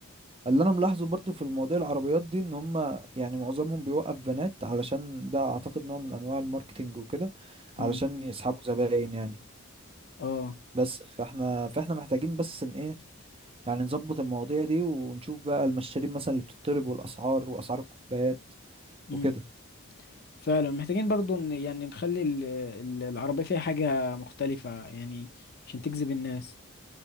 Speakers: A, on the right; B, on the left.
A: اللي انا ملاحظه برضو في المواضيع العربيات دي ان هم يعني معظمهم بيوقف بنات علشان ده اعتقد نوع من انواع الماركتينج وكده علشان
B: امم
A: يسحبوا زباين يعني
B: اه
A: بس فاحنا فاحنا محتاجين بس ان ايه يعني نظبط المواضيع دي ونشوف بقى المشاريب مثلا اللي بتطلب والاسعار واسعار الكوبايات
B: امم
A: وكده
B: فعلا محتاجين برضو ن- يعني نخلي ال- ال- العربية فيها حاجة مختلفة يعني عشان تجذب الناس